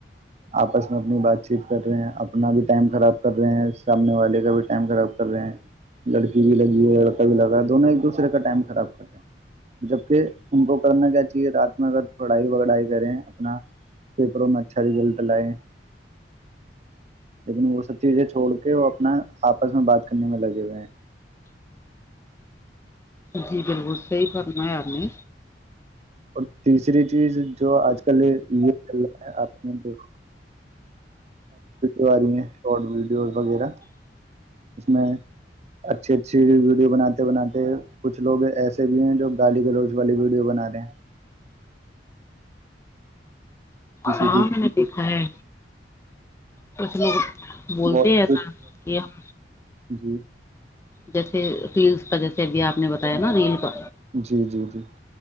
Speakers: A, on the right; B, on the left.
A: آپس میں اپنی بات چیت کر رہے ہیں اپنا بھی ٹائم خراب کر رہے ہیں سامنے والے کا بھی ٹائم خراب کر رہے ہیں لڑکی بھی لگی ہے لڑکا بھی لگ رہا ہے دونوں ایک دوسرے کا ٹائم خراب کر رہے ہیں جبک ان کو کرنا کیا چاہیے رات میں اگر پڑھائی وڑائی کریں اپنا پیپروں میں اچھا اچھا رزلٹ لائے لیکن وہ سب چیزیں چھوڑ کے وہ اپنا آپس میں بات کرنے میں لگے ہوئے ہیں
B: جی بالکل صحی کررنا ہے یار جی
A: اور تیسری چیز جو آج کل یہ چل رہا ہے آپ نے د و رہی ہیں شارٹ ویڈیوز وغیرہ اس میں اچھی اچھی ویڈیو بناتے بناتے کچھ لوگ ایسے بھی ہیں جو گالی گلوچ والی ویڈیو بنا رہے ہیں کسی
B: ہاں
A: کی
B: میں نے دیکھا ہے کچھ لوگ بولتے
A: بہت
B: ہیں ایسا کہ ہم
A: جی
B: جیسے ریلس کا جیسے بھی آپ نے بتایا نا ریل کا
A: جی جی جی